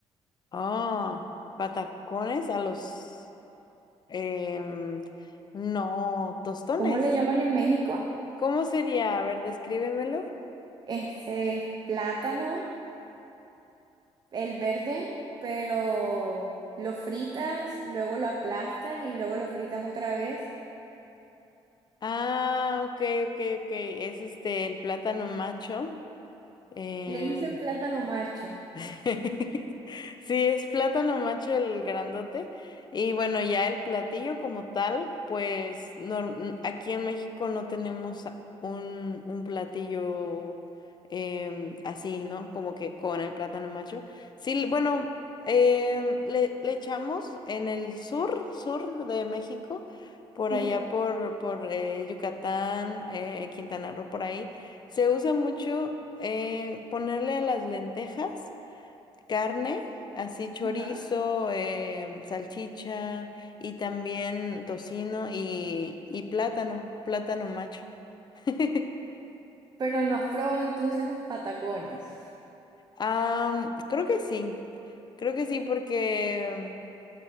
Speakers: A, on the left; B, on the right.
A: Ah, patacones a los, em, no, tostones.
B: ¿Cómo le llaman en México?
A: ¿Cómo sería? A ver, descríbemelo.
B: Este es plátano, el verde, pero lo fritas, luego lo aplastas y luego lo fritas otra vez.
A: Ah, ok, ok, ok. Es este, el plátano macho. eh,
B: Le dicen plátano macho,
A: Sí, <laughs> sí, es plátano macho el grandote. Y bueno, ya el platillo como tal, pues no, n- aquí en México no tenemos a- un, un platillo em, así, ¿no? Como que con el plátano macho. Sí, bueno, em, le, le echamos en el sur, sur de México, por
B: ¿sí?
A: allá por, por eh, Yucatán, eh, Quintana Roo, por ahí. Se usa mucho eh, ponerle a las lentejas carne, así chorizo,
B: Ajá.
A: em, salchicha y también tocino y, y plátano, plátano macho. <laughs>
B: Pero no has probado entonces los patacones.
A: Am, creo que sí, creo que sí porque